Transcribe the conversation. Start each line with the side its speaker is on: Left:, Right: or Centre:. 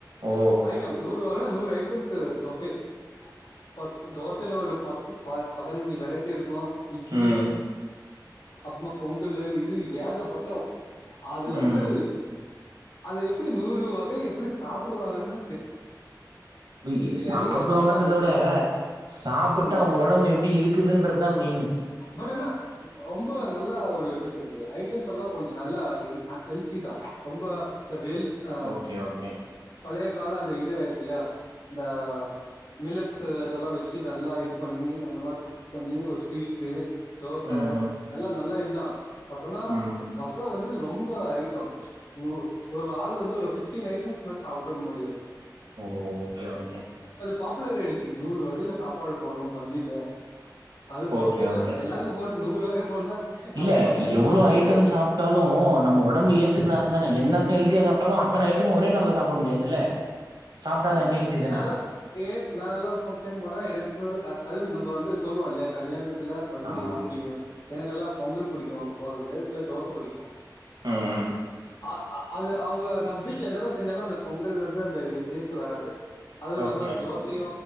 Right: ஓ
Left: ஐட்டம் நூறு இதை விட நூறு ஐட்டம்ஸ் பஃபே பத்து தோசைல ஒரு பத்து பதினஞ்ச வெரைட்டி இருக்கும் இட்லி
Right: ம்
Left: அப்புன பொங்கலு இது ஏகப்பட்ட அதுலேந்து
Right: ம்
Left: அது எப்படி நூறு வகை எப்புடி சாப்புடுவாங்கன்னு
Right: ய்யு சாப்பிடுவாங்கன்றத
Left: இலையே பத்தாது
Right: விட
Left: ஏ-
Right: சாப்புட்டு
Left: ஆமா
Right: அவுங் ஒடம்பு எப்டி இருக்குதுன்றதா மெயின்னு
Left: பட் ஆனா ரொம்ப நல்லா ஒரு எப்படி சொல்றது ஐட்டம்ஸல்லா கொஞ்ச நல்லா இது அ ஹெல்த்தி தா ரொம்ப இந்த வேல் ஆ
Right: ஓகே ஓகே
Left: பழைய கால அந்த இது ஆயிருக்குல்ல இந்த மில்லட்ஸ் அதெல்லா வச்சு நல்லா இது பண்ணி அந்த மாரி குக் பண்ணி ஒரு ஸ்வீட்டு தோச
Right: ம் ம்
Left: எல்லா நல்லா இ த்தா பட் ஆனா
Right: ம்
Left: அ மகா வந்து ரொம்ப ஐட்டம் நூர்ஸ் ஒரு ஆள் வந்து ஒரு பிஃப்டீன் ஐட்டம்ஸ்கு மேல சாப்பிட முடியாது
Right: ஓ ஓகே ஓகே
Left: பாப்புலராயிடுச்சு நூறு வகையில சாப்பாடு போணு பந்தில அது பஃபே
Right: ஓகே
Left: தான்
Right: ஓகே
Left: எல்லாருக்கும் போடணும் நூறு வகை போடணும்னா
Right: இல்ல
Left: அது டைம்
Right: எவ்வளோ
Left: பத்தாது
Right: ஐட்ட
Left: ஒரு
Right: சாப்ட்டாலு நம்ம ஒடம்பு ஏத்துக்குனா தான என்னத்த ஹெல்த்தியா சாப் த்தரு அத்தன ஐட்டமு ஒரே நாள்ள சாப்புட முடியாதுல்ல சாப்ட்டா
Left: ஆமா
Right: அது அன்ஹெல்தி தான
Left: நாலா ஏ நாலா ஃபங்க்ஷன் போனா எனக்கு அது அதுவு நம் இப்ப வந்து சொல்வொ இல்லையா கல்யாண த்துல பந்தில
Right: ஆமா
Left: எது
Right: ஆமா
Left: புரியுன்ஸ் எனகெல்லா பொங்கல் புடிக்கு போட்றது இல்ல தோசை புடிக்கு
Right: ம் ம்
Left: ஆ அ அது அவுங்க நம்ம வீட்ல என்னதா செஞ்சாலு அந்த பொங்கல் வந்து அந்த இ டேஸ்ட்டு வராது அதுவு இல்லாம
Right: ஓகே
Left: அந்த தோசையு